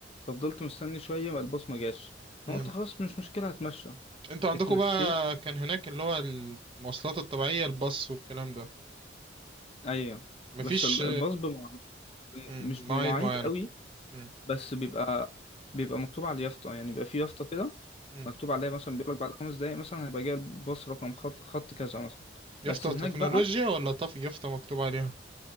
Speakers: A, on the left; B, on the right.
A: ففضلت مستني شويه ما الباص ما جاش
B: مم.
A: انا قلت خلاص مش مشكله هتمشى
B: انتوا عندكم
A: اتمشيت
B: بقى كان هناك اللي هو المواصلات الطبيعية الباص والكلام ده
A: ايوه
B: مفيش
A: بس ال- الباص بمع... ب-
B: مم،
A: مش بمواعيد
B: مواعيد معينة
A: قوي
B: مم،
A: بس بيبقى بيبقى مكتوب على اليافطه يعني بيبقى في يافطه كده
B: مم.
A: مكتوب عليها مثلا بيقول لك بعد خمس دقايق مثلا هيبقى جاي الباص رقم خط خط كذا مثلا بس
B: يافطة
A: هناك
B: تكنولوجيا
A: بقى
B: ولا طف يافطة مكتوب عليها